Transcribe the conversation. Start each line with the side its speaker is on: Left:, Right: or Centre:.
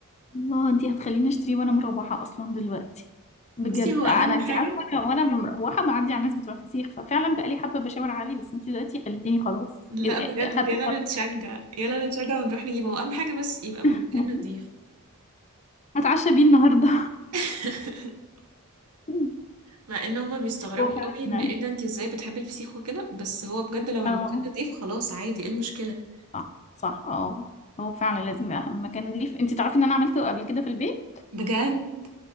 Left: الله انتي هتخليني اشتريه وانا مروحه اصلا دلوقتي بجد
Right: بصي هو اهم
Left: انا انتي
Right: حاجة
Left: عارفه
Right: <laughs>
Left: وانا وانا مروحه معدي على الناس بتوع فسيخ ففعلا بقالي حبه بشاور عليه بس انتي دلوقتي خليتيني خلاص
Right: لا
Left: إيه- ده، إيه،
Right: بجد
Left: اخدت
Right: يلا
Left: القرار
Right: نتشجع يلا نتشجع ونروح نجيبه هو اهم حاجة بس يبقى
Left: <laughs>
Right: من مكان نضيف
Left: هتعشى بيه النهارده
Right: <laughs>
Left: <laughs>
Right: مع ان هما بيستغربوا
Left: هو فعلا
Right: قوي ان ايه ده انتي ازاي بتحبي الفسيخ وكده بس هو بجد لو
Left: اه
Right: المكان نضيف خلاص عادي ايه المشكلة
Left: صح صح اه هو فعلا لازم اهم مكان نضيف انتي تعرفي ان انا عملته قبل كده في البيت
Right: بجد